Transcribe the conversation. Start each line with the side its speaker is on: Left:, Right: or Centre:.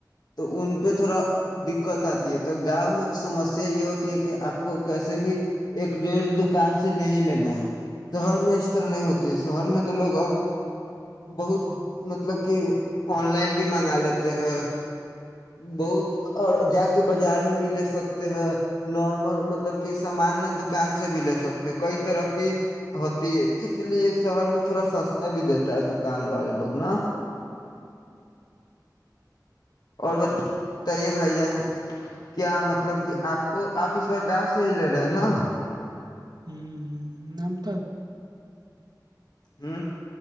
Left: تو ان پہ
Right: ہاں
Left: تھوڑا د دقت آتی ہے تو گاؤں میں سمسیا یہ ہوتی ہے کہ آپ کو کیسے بھی ایک ڈیھ دکان سے لے ہی لینا ہے شہر میں اس طرح نہیں ہوتی ہے شہر میں تو لوگ اب بہت مطلب کہ آن لائن بھی منگا لیتے ہیں بہت اور جا کے بازار میں بھی لے سکتے ہیں نارمل مطلب کہ سامان دکان سے بھی لے سکتے ہیں کئی طرح کی ہوتی ہے اس لیے شہر میں تھوڑا سستا بھی دیتا ہے دکان والے لوگ نا اور بتائیے بھائی جان کیا مطلب
Right: ہوں
Left: کہ آپ کو آپ اس گاؤں سے ہی لے رہے ہیں نا
Right: ہوں ہ نام تھا
Left: ہوں